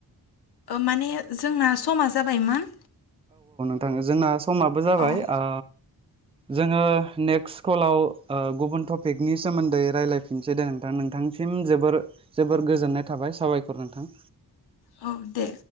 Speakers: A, on the left (about 75°); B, on the right (about 15°).
A: माने जोंना समा जाबायमोन।
B: ओं जोंना समाबो जाबाय
A: औ
B: ओ जोङो नेक्स्ट कलाव गुबुन टपिकनि सोमोन्दै रायज्लायफिनसै दे नोंथां नोंथांनि सिम जोबोर जोबोर गोजोननाय थाबाय साबायखर नोंथां।
A: औ दे